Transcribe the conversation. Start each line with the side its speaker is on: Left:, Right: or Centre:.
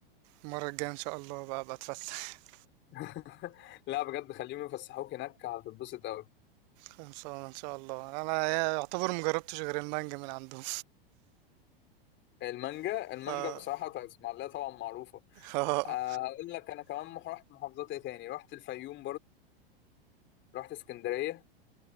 Right: المره الجايه ان شاء الله بقى بتفسح <laughs>
Left: <laughs> لا بجد خليهم يفسحوك هناك هتتبسط قوي
Right: خلصانه ان شاء الله انا يعتبر مجربتش غير المانجا من عندهم
Left: المانجا
Right: <laughs>
Left: المانجا
Right: اه
Left: بصراحة بتاعت اسماعيلية طبعا معروفة
Right: اه
Left: آه، اقول لك انا كمان مح- رحت محافظات ايه تاني رحت الفيوم برضه رحت اسكندرية